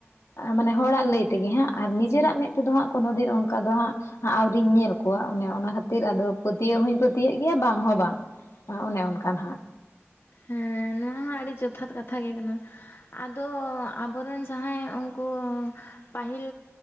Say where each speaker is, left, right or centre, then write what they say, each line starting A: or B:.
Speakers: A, on the left; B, on the left.
A: ᱢᱟᱱᱮ ᱦᱚᱲᱟᱜ ᱞᱟᱹᱭ ᱛᱮᱜᱮ ᱦᱟᱸᱜ ᱟᱨ ᱱᱤᱡᱮᱨᱟᱜ ᱢᱮᱫ ᱛᱮᱫᱚ ᱦᱟᱸᱜ ᱠᱳᱱᱳ ᱫᱤᱱ, ᱚᱱᱠᱟ ᱫᱚ ᱦᱟᱸᱜ᱾ ᱟᱹᱣᱨᱤᱧ ᱧᱮᱞ ᱠᱚᱣᱟ᱾ ᱚᱱᱮ ᱚᱱᱟ ᱠᱷᱟᱹᱛᱤᱨ ᱟᱫᱚ ᱯᱟᱹᱛᱭᱟᱹᱣ ᱦᱚᱧ ᱯᱟᱹᱛᱭᱟᱹᱣ ᱜᱮᱭᱟ ᱵᱟᱝ ᱦᱚᱸ ᱵᱟᱝ᱾ ᱚᱱᱮ ᱚᱱᱠᱟ ᱱᱟᱸᱦᱟᱜ
B: ᱦᱮᱸ ᱱᱚᱣᱟ ᱦᱚᱸ ᱟᱹᱰᱤ ᱡᱚᱛᱷᱟᱛ ᱠᱟᱛᱷᱟ ᱜᱮ ᱠᱟᱱᱟ᱾ ᱟᱫᱚ ᱟᱵᱚ ᱨᱮᱱ ᱡᱟᱦᱟᱸᱭ ᱩᱱᱠᱩ ᱯᱟᱹᱦᱤᱞ